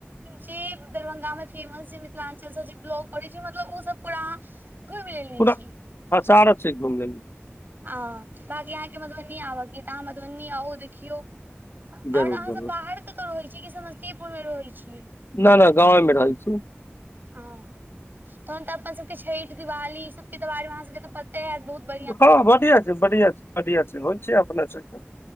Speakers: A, on the right (about 45°); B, on the left (about 55°).
A: जे दरभंगा मे फेमस जे मिथिलाञ्चलसँ जे ब्लॉग करै छै मतलब ओ सब पूरा अहाँ घुमि लेने
B: पूरा
A: छी
B: हँ सारा छै एकदम द
A: हँ बाँकी अहाँके मधुबनी आबयके य तऽ अहाँ मधुबनी आउ देखियौ
B: जरूर
A: आओर अहाँसभ
B: जरूर
A: बाहर कतहु रहैत छीयै कि समस्तीपुरमे रहैत छीयै
B: न न गाँवमे रहै छी
A: ह तहन तऽ अपन सभके छठि दिवाली ई सबके तऽ बारेमे अहाँ सभके तऽ प बहुत <unintelligible>
B: हँ बढ़िया छै बढ़िया छै बढ़िया छै होल छै अपने सब